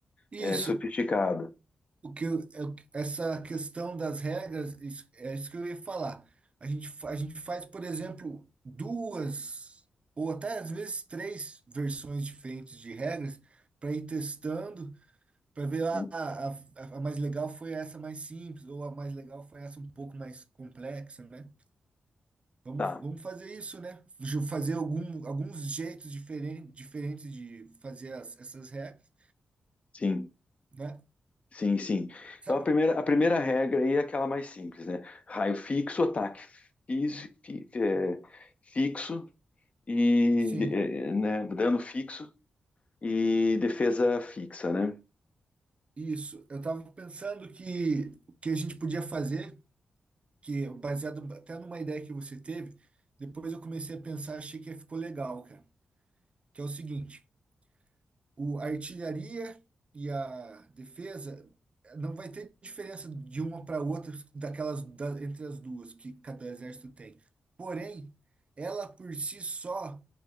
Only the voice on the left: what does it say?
é, sofisticada.
Uhum.
Tá,
sim,
sim, sim.
Então a primeira, a primeira regra aí é aquela mais simples, né? Raio fixo, ataque fis- fi- é, fixo e
é, né, dano fixo e defesa fixa, né?